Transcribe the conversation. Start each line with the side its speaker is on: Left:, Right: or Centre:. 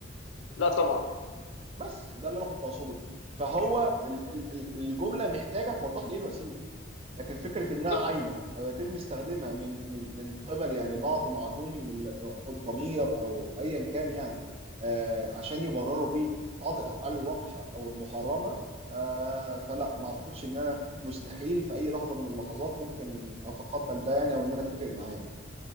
Left: لا طبعا
Right: بس ده اللي انا كنت اقصده فهو ال... ال... ال- الجمله محتاجه توضح لي ايه الوسيله لكن فكره
Left: بالظبط
Right: انها عايمه او يتم استخدامها من من من قبل يعني بعض معدومي ال- الضمير او ايا كان يعني آه، عشان يبرروا بيه بعض الافعال الوقحه او المحرمه آه، فلا ما اعتقدش ان انا مستحيل في اي لحظه من اللحظات ممكن اتقبل ده يعني او ان انا اتفق معاه يعني.